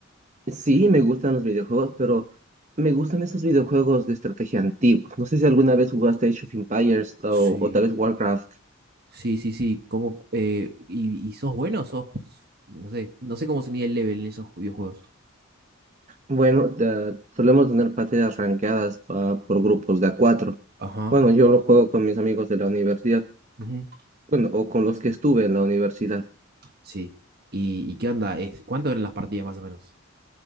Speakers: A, on the right; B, on the right.
A: Sí, me gustan los videojuegos, pero me gustan esos videojuegos de estrategia antiguos. No sé si alguna vez jugaste Age of Empires o,
B: Sí.
A: o tal vez Warcraft.
B: Sí, sí, sí. ¿Cómo, eh, y, y sos bueno? o ¿Sos, no sé, no sé cómo se mide el level en esos videojuegos?
A: Bueno, eh, solemos tener partidas rankeadas ah, por grupos de a cuatro.
B: Ajá,
A: Bueno, yo lo juego con mis amigos de la universidad,
B: Ujú.
A: bueno, o con los que estuve en la universidad.
B: sí, ¿Y, y qué onda? Es, ¿cuánto eran las partidas más o menos?